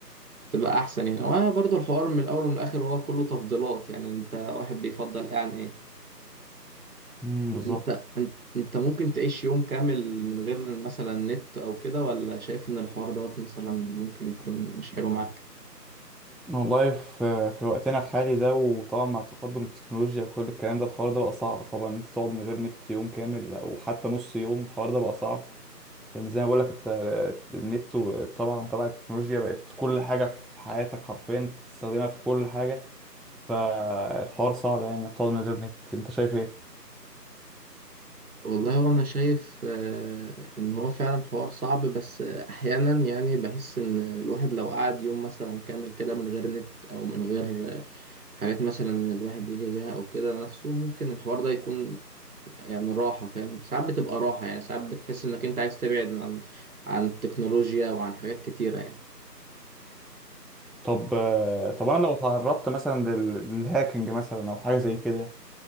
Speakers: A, on the right (about 60°); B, in the centre.
A: تبقى احسن يعني وبرضه الحوار من الاول ومن الاخر هو كله تفضيلات يعني انت واحد بيفضل ايه عن ايه
B: امم بالظبط
A: انت انت انت ممكن تعيش يوم كامل من غير مثلا نت او كده ولا شايف ان الحوار دوت مثلا ممكن يكون مش حلو معاك
B: والله في في وقتنا الحالي ده وطبعا مع تقدم التكنولوجيا وكل الكلام ده الحوار ده بقى صعب طبعا انت تقعد من غير نت يوم كامل او حتى نص يوم الحوار ده بقى صعب لان زي ما بقول لك انت النت و- طبعا طبعا التكنولوجيا بقت كل حاجه في حياتك حرفيا انت بتستخدمها في كل حاجه فالحوار صعب يعني انك تقعد من غير نت انت شايف ايه؟
A: والله وانا شايف آه، ان هو فعلا حوار صعب بس آه، احيانا يعني بحس ان الواحد لو قعد يوم مثلا كامل كده من غير نت او من غير آه، حاجات مثلا الواحد يلهي بيها او كده نفسه ممكن الحوار ده يكون يعني راحة فاهم ساعات بتبقى راحة يعني ساعات بتحس انك انت عايز تبعد عن عن التكنولوجيا وعن حاجات كتيرة يعني
B: طب آه، طب انا لو تعرضت مثلا لل- للهاكينج مثلا او حاجه زي كده